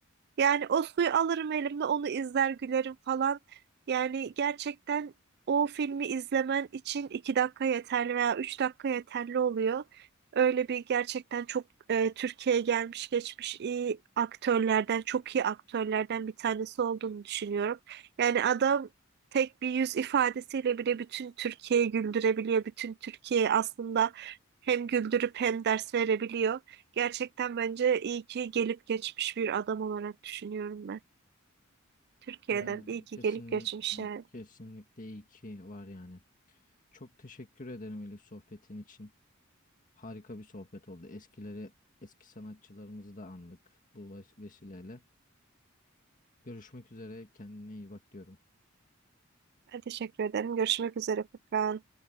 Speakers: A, on the right; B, on the left.
A: Yani o suyu alırım elimle onu izler gülerim falan. Yani gerçekten o filmi izlemen için 2 dakika yeterli veya 3 dakika yeterli oluyor. Öyle bir gerçekten çok e, Türkiye'ye gelmiş geçmiş iyi aktörlerden, çok iyi aktörlerden bir tanesi olduğunu düşünüyorum. Yani adam tek bir yüz ifadesiyle bile bütün Türkiye'yi güldürebiliyor. Bütün Türkiye'yi aslında hem güldürüp hem ders verebiliyor. Gerçekten bence iyi ki gelip geçmiş bir adam olarak düşünüyorum ben. Türkiye'den
B: Yani
A: iyi ki
B: kesin
A: gelip geçmiş yani.
B: kesinlikle iyi ki var yani. Çok teşekkür ederim Elif sohbetin için. Harika bir sohbet oldu. Eskileri, eski sanatçılarımızı da andık bu ves- vesileyle. Görüşmek üzere. Kendine iyi bak diyorum.
A: Ben teşekkür ederim. Görüşmek üzere Furkan.